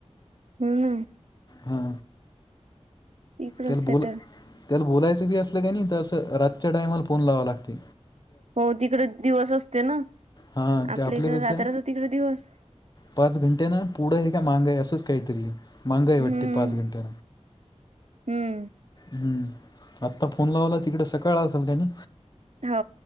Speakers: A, on the right; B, on the left.
A: हम्म.
B: हां
A: इकडंच
B: त्याला
A: सेटल.
B: बोला त्याला बोलायचं की असलं काय नाही तर असं रातच्या टायमाला फोन लावा लागतं.
A: हो तिकडे दिवस असते ना
B: हां
A: आपल्या
B: त्या आपल्यापेक्षा
A: इकडे रात्राचा तिकडे दिवस.
B: पाच घंटे ना पुढं हे का मांग आहे असं काहीतरी मांग आहे वाटते
A: हम्म
B: पाच घंटा.
A: हम्म.
B: हम्म आत्ता फोन लावला तिकडे सकाळ असाल का नी.
A: हो